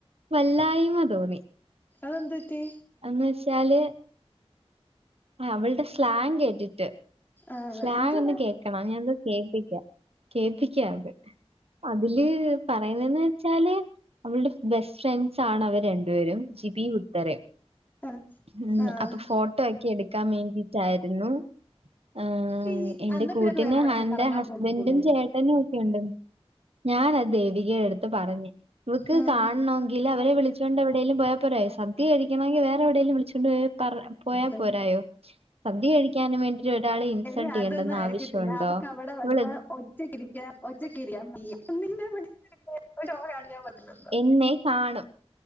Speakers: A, on the right; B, on the left.
A: വല്ലായ്മ തോന്നി
B: അതെന്ത് പറ്റി
A: എന്ന് വെച്ചാല്. ആഹ് അവൾടെ സ്ലാങ് കേട്ടിട്ട്.
B: ആഹ്.
A: സ്ലാങ്ങൊന്ന്
B: എന്തുവാ
A: കേക്കണം ഞാനത് കേപ്പിക്ക്യ കേപ്പിക്ക്യാത്. അതില് പറയ്ന്നന്ന് വെച്ചാല്. അവൾടെ ബെസ്റ്റ് ഫ്രണ്ട്സാണവര് രണ്ടുപേരും ജിബി ഉത്തരെ.
B: ആഹ്
A: ഉം
B: ആഹ്
A: അപ്പ ഫോട്ടോക്കി എടുക്കാ വേണ്ടിട്ടായിരുന്നു. ആ
B: ഈ
A: എന്റെ
B: അന്നാ
A: കൂട്ടിന്
B: പിന്നെ വേറെ എവിടെങ്കിലും
A: ഹാന്റെ
B: കറങ്ങാൻ
A: ഹസ്ബൻറും
B: പോക്കിക്കൂടെ
A: ചേട്ടനു. ക്ക്യൂണ്ട് ഞാനത് ദേവികേടട്ത്ത് പറഞ്ഞ് ഇവക്ക്
B: ആഹ്
A: കാൺണോങ്കി. ങ്കിലവരെ വിളിച്ചോണ്ട് എവിടേലും പോയാ പോരേ സദ്യ കഴിക്ക്യണങ്കി വേറെ എവിടേലും വിളിച്ചൊണ്ട് പോയി പറ പോയാ
B: അത്
A: പോരായോ സദ്യ കഴിക്ക്യാനും വേണ്ടിട്ട് ഒരാളെ ഇൻസൾട്ട്
B: എടി
A: ചെയ്യേണ്ടെന്ന്
B: അതൊന്നും ആയിരിക്കത്തില്ല
A: ആവശ്യമുണ്ടോ
B: അവക്ക് അവടെ വന്ന്.
A: ഇവള്
B: ഒറ്റക്കിരിക്ക്യ ഒറ്റക്കിരിയാ ഒന്നി <unintelligible> ഗാണ് ഞാ പറ്റുന്നത്.
A: എന്നെ കാണും.